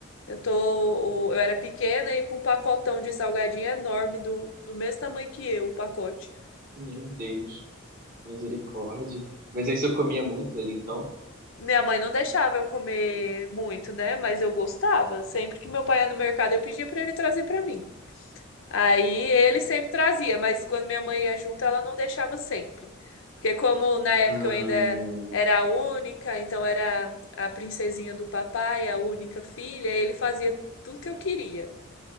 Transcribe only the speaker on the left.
Eu tô, o- eu era pequena e com um pacotão de salgadinho enorme do, do mesmo tamanho que eu, o pacote.
Minha mãe não deixava eu comer muito, né? Mas eu gostava. Sempre que meu pai ia no mercado, eu pedia pra ele trazer pra mim. Aí ele sempre trazia, mas quando minha mãe ia junto, ela não deixava sempre. Porque como na época
eu ainda era a única, então era a princesinha do papai, a única filha, ele fazia tudo que eu queria.